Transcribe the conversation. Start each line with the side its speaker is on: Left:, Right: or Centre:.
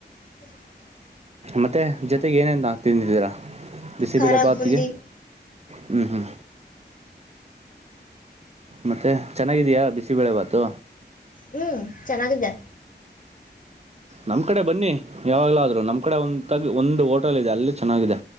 Left: ಹ
Right: ಮತ್ತು ಜೊತೆಗೆ ಏನೇನು ತಿಂದಿದ್ದೀರಾ ಬಿಸಿಬೇಳೆ
Left: ಖಾರ
Right: ಭಾತಿಗೆ
Left: ಬೂಂದಿ
Right: ಹ್ಞೂ ಹ್ಞೂ ಮತ್ ಚೆನ್ನಾಗಿದೆಯಾ ಬಿಸಿಬೇಳೆವಾತು
Left: ಹ್ಮ್ ಚೆನ್ನಾಗಿದೆ
Right: ನಮ್ಮ ಕಡೆ ಬನ್ನಿ ಯಾವಾಗಲಾದರೂ ನಮ್ಮ ಕಡೆ ಒಂತಾಗಿ ಒಂದು ಹೋಟೆಲ್ ಇದೆ ಅಲ್ಲಿ ಚೆನ್ನಾಗಿದೆ